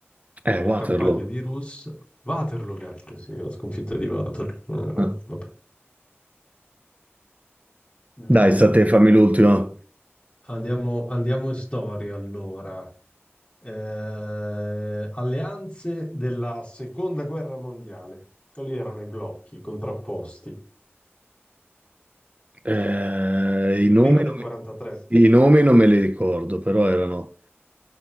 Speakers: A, on the right (about 35°); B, on the left (about 25°).
A: Eh,
B: Nella
A: Waterloo.
B: campagna di Rus, Waterloo, cacchio, sì, la sconfitta di Waterloo.
A: Ah.
B: Eh, vabbè. Mm,
A: Dai, sta a te, fammi l'ultima.
B: vediamo. Andiamo, andiamo in storia allora. Eh, alleanze della seconda guerra mondiale. Quali erano i blocchi contrapposti?
A: Eh, i nomi
B: Prima del
A: non mi-
B: 43.
A: i nomi non me li ricordo, però erano